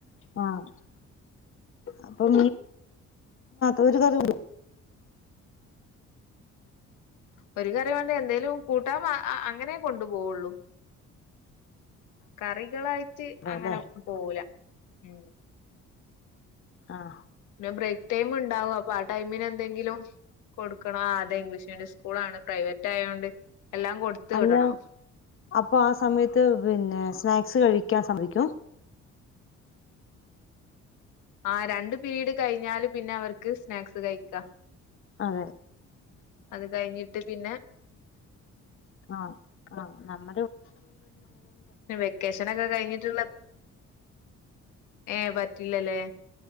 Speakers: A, on the left (about 45°); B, on the left (about 85°).
A: ആഹ് അപ്പൊ <inaudible> ഒരു കറി
B: ഒരു കറി വേണ്ടേ എന്തേലും കൂട്ടാൻ വേ അങ്ങനെ കൊണ്ടു പോവുള്ളു കറികളായിട്ട്
A: അതെല്ലേ
B: അങ്ങനെ പോവൂല ഉം
A: ആഹ
B: പിന്നെ ബ്രേക്ക് ടൈം ഉണ്ടാവും അപ്പൊ ആ ടൈമിന് എന്തെങ്കിലും കൊടുക്കണോ ആദ്യെ ഇംഗ്ലീഷ് മീഡിയം സ്കൂളാണ് പ്രൈവറ്റ് ആയോണ്ട് എല്ലാം കൊടുത്ത്
A: അല്ല
B: വിടണം
A: അപ്പൊ ആ സമയത്ത് പിന്നെ സ്നാക്സ് കഴിക്ക ഴിക്കാൻ സമ്മതിക്കോ
B: ആ രണ്ട പിീരീഡ് കഴിഞ്ഞാല് പിന്നെ അവർക്ക് സ്നാക്സ് കഴിക്കാം
A: അതെ
B: അത് കഴിഞ്ഞിട്ട് ട്ട്പിന്നെ
A: ആഹ ആ നമ്മ
B: ഇപ്പ വെക്കേഷൻക്കെ കഴിഞ്ഞിട്ടുള്ള ഏ പറ്റില്ലല്ലേ